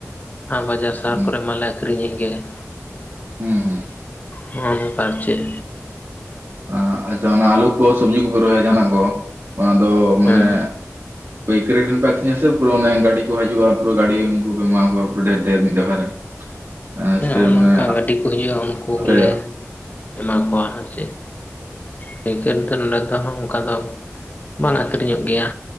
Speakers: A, on the left; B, on the right.
A: ᱟᱨ ᱵᱟᱡᱟᱨ ᱥᱟᱦᱟᱨ
B: ᱦᱩᱸ ᱦᱩᱸ
A: ᱠᱚᱨᱮ ᱢᱟᱞᱮ ᱟᱹᱠᱷᱨᱤᱧ ᱮᱫ ᱜᱮ ᱦᱮᱸ
B: ᱦᱩᱸ ᱦᱩᱸ
A: ᱦᱚᱜ ᱱᱚᱝ ᱟᱨ ᱪᱮᱫ
B: ᱟ ᱟᱪᱪᱷᱟ ᱚᱱᱟ ᱟᱹᱞᱩ ᱠᱚ ᱥᱚᱵᱽᱡᱤ ᱠᱚᱯᱮ ᱨᱚᱦᱚᱭᱟ ᱡᱟᱦᱟᱸ ᱱᱟᱜ ᱠᱚ ᱚᱱᱟ ᱫᱚ ᱢᱟᱱᱮ
A: ᱦᱮᱸ
B: ᱯᱟᱹᱭᱠᱟᱹᱨᱤ ᱴᱷᱮᱱ ᱯᱮ ᱟᱠᱷᱨᱤᱧ ᱟ ᱥᱮ ᱯᱩᱨᱟᱹ ᱚᱱᱮ ᱜᱟᱹᱰᱤ ᱠᱚ ᱦᱤᱡᱩᱜᱼᱟ ᱯᱩᱨᱟᱹ ᱜᱟᱹᱰᱤ ᱩᱱᱠᱩ ᱯᱮ ᱮᱢᱟ ᱠᱚᱣᱟ ᱯᱩᱨᱟᱹ ᱰᱷᱮᱨ ᱰᱷᱮᱨ ᱢᱤᱫ ᱫᱷᱟᱣ ᱨᱮ <inaudible>
A: ᱦᱮᱸ
B: ᱥᱮ
A: ᱚᱱᱮ
B: ᱢᱟᱱᱮ
A: ᱚᱱᱠᱟ ᱜᱟᱹᱰᱤ ᱠᱚ ᱦᱤᱡᱼᱟ ᱩᱱᱠᱩ
B: ᱟᱯᱮ
A: ᱜᱮᱞᱮ ᱮᱢᱟ ᱠᱚᱣᱟ ᱟᱨ ᱪᱮᱫ ᱯᱟᱹᱭᱠᱟᱹᱨ ᱫᱚ ᱱᱚᱰᱮ ᱫᱚ ᱚᱱᱠᱟ ᱫᱚ ᱵᱟᱝ ᱟᱹᱠᱷᱨᱤᱧᱼᱚᱜ ᱜᱮᱭᱟ᱾